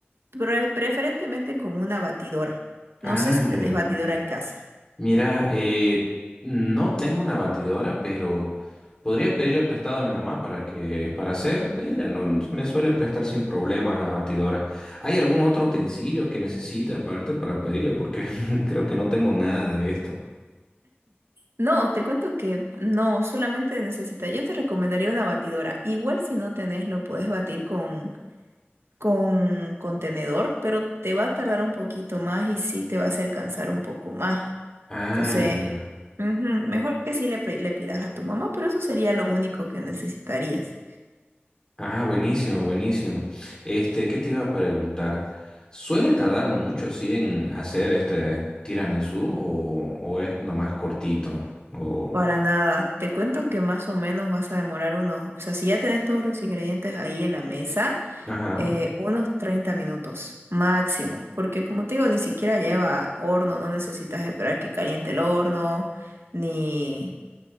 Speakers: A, on the right; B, on the left.
A: pre- preferentemente con una batidora. No
B: Ah,
A: sé si
B: ya,
A: tenés
B: ya.
A: batidora en casa.
B: Mira, eh, no tengo una batidora, pero podría pedirle prestado a mi mamá para que, para hacer. Ella no me suele prestar sin problemas las batidoras. ¿Hay algún otro utensilio que necesite aparte para pedirle? Porque <laughs> creo que no tengo nada de esto.
A: No, te cuento que no, solamente necesitas, yo te recomendaría una batidora. Igual si no tenés, lo puedes batir con con contenedor, pero te va a tardar un poquito más y sí te va a hacer cansar un poco más.
B: Ah,
A: Entonces,
B: ya, ya.
A: ujú, mejor que sí le, pre- le pidas a tu mamá, pero eso sería lo único que necesitarías.
B: Ah, buenísimo, buenísimo. Este, ¿qué te iba a preguntar? ¿Suele tardar mucho, sí, en hacer este tiramisú o, o es nomás cortito? O...
A: Para nada, te cuento que más o menos vas a demorar unos, o sea, si ya tenés todos los ingredientes ahí en la mesa,
B: Ajá,
A: eh, unos 30 minutos máximo, porque como te digo, ni siquiera lleva horno, no necesitas esperar que caliente el horno, ni...